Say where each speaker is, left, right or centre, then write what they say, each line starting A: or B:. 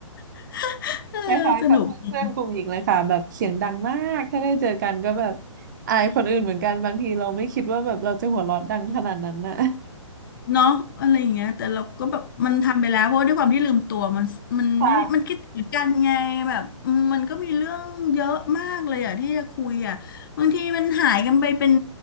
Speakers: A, on the left (about 40°); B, on the right (about 35°).
A: <laughs> เออสนุกดี
B: คล้ายๆกับเพื่อนๆกลุ่มหญิงเลยค่ะแบบเสียงดังมากถ้าได้เจอกันก็แบบอายคนอื่นเหมือนกันบางทีเราไม่คิดว่าแบบเราจะหัวเราะดังขนาดนั้นน่ะ
A: เนาะอะไรอย่างเงี้ยแต่เราก็แบบมันทำไปแล้วเพราะว่าด้วยความที่ลืมตัวมันมันไม่มันคิดถึงกันไงแบบอืมมันก็มีเรื่องเยอะมากเลยอะที่จะคุยอะบางทีมันหายกันไปเป็น
B: ค่ะ